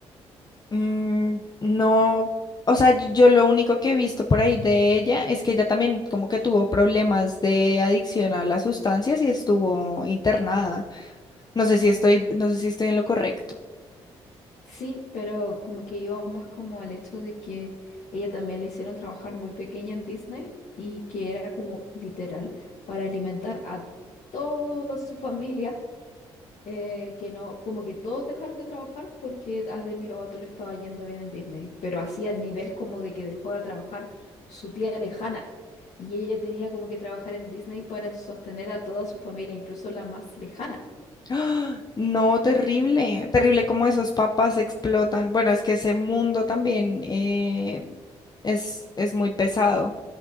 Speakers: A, on the left; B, on the left.
A: Mm, no, o sea, yo, yo lo único que he visto por ahí de ella es que ella también como que tuvo problemas de adicción a las sustancias y estuvo internada. No sé si estoy, no sé si estoy en lo correcto.
B: Sí, pero como que iba más como al hecho de que ella también le hicieron trabajar muy pequeña en Disney y que era como literal para alimentar a toda su familia eh, que no, como que todos dejaron de trabajar porque a Demi Lovato le estaba yendo bien en Disney, pero así a nivel como de que dejó de trabajar su tía lejana y ella tenía como que trabajar en Disney para sostener a toda su familia, incluso la más lejana.
A: ¡Ah! No, terrible, terrible como esos papás explotan. Bueno, es que ese mundo también eh, es, es muy pesado,